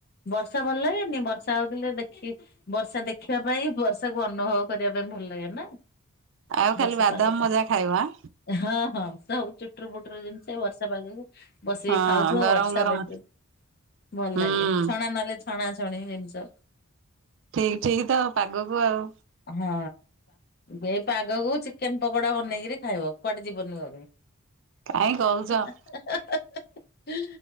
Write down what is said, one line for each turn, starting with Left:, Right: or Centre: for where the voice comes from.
Left: ବର୍ଷା ଭଲ ହଏନି ବର୍ଷା ହଉଥିଲେ ଦେଖି ବର୍ଷା ଦେଖିବା ପାଇଁ ବର୍ଷାକୁ ଅନୁଭବ କରିବା ପାଇଁ ଭଲ ଲାଗେ ନା
Right: ଆଉ ଖାଲି
Left: ବର୍ଷା
Right: ବାଦାମ
Left: ପାଗଟା
Right: ମଜା ଖାଇବ ଆଁ।
Left: ହଁ ହଁ ବର୍ଷା ହବୁ ଚୁଟୁର ପୁଟୁର ଜିନିଷ ବର୍ଷା ପାାଗ ବସିକି
Right: ହଁ
Left: ଖାଉଥିବ
Right: ଗରମ
Left: ବର୍ଷା
Right: ଗରମ
Left: ଦେଖୁ ଭଲ
Right: ହୁଁ
Left: ଲାଗେ ଛଣା ନହେଲେ ଛଣା ଛଣି ଜିନିଷ
Right: ଠିକ <unintelligible> ତ ପାଗକୁ ଆଉ
Left: ହଁ ଏଇ ପାଗକୁ ଚିକେନ ପକୋଡା ବନେଇକିରି ଖାଇବ, କୁଆଡେ ଯିବନି ଘରେ ହେ
Right: କାହିଁ କହୁଛ ହଁ
Left: ହେ ହେ ହେ